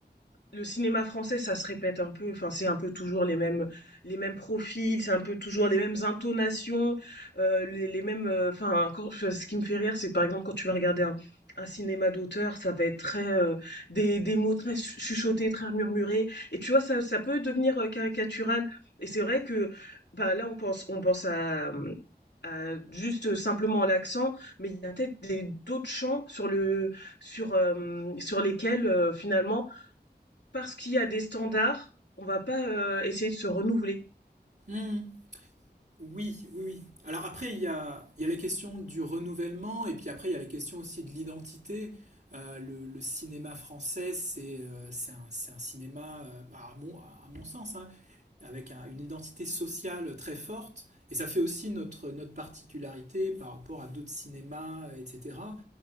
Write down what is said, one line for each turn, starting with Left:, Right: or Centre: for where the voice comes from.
Left: le cinéma français, ça se répète un peu. Enfin, c'est un peu toujours les mêmes, les mêmes profils, c'est un peu toujours les mêmes intonations, euh, les, les mêmes. euh, Enfin, encore, je- ce qui me fait rire, c'est par exemple quand tu vas regarder un, un cinéma d'auteur, ça va être très euh, des, des mots très chu- chuchotés, très murmurés. Et tu vois, ça, ça peut devenir euh, caricatural. Et c'est vrai que bah, là, on pense, on pense à, à juste euh, simplement à l'accent, mais il y a peut-être des- d'autres champs sur le, sur, euh, sur lesquels euh, finalement parce qu'il y a des standards, on va pas euh, essayer de se renouveler.
Right: Hmm. Oui, oui, oui. Alors après, il y a, il y a la question du renouvellement, et puis après, il y a la question aussi de l'identité. Euh, le, le cinéma français, c'est euh, c'est un, c'est un cinéma, euh, à mon, à mon sens, hein, avec un- une identité sociale très forte. Et ça fait aussi notre, notre particularité par rapport à d'autres cinémas, euh, etc.